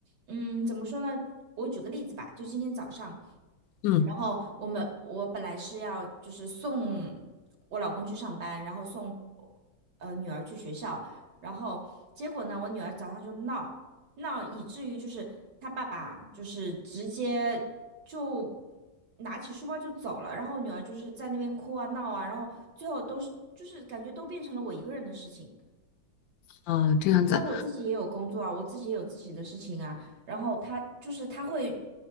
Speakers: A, on the right (about 65°); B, on the left (about 80°).
A: 嗯，怎么说呢？我举个例子吧，就今天早上，
B: 嗯。
A: 然后我们我本来是要就是送我老公去上班，然后送呃女儿去学校，然后结果呢，我女儿早上就闹闹，以至于就是她爸爸就是直接就拿起书包就走了，然后我女儿就是在那边哭啊闹啊，然后最后都是就是感觉都变成了我一个人的事情。
B: 啊，这样子，
A: 但我自己也有工作啊，我自己也有自己的事情啊。然后他就是他会